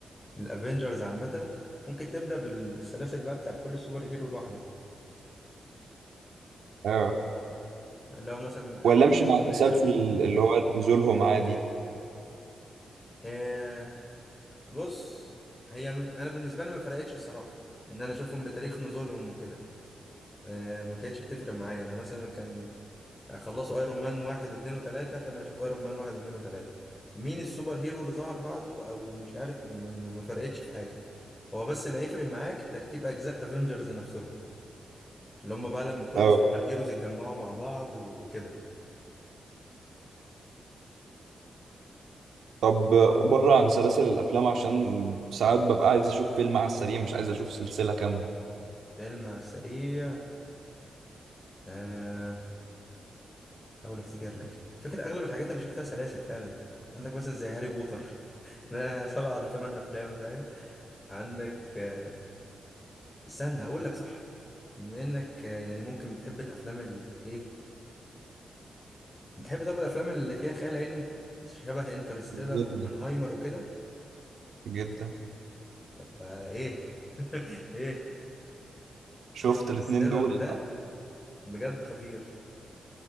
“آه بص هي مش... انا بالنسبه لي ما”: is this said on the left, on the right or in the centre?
Left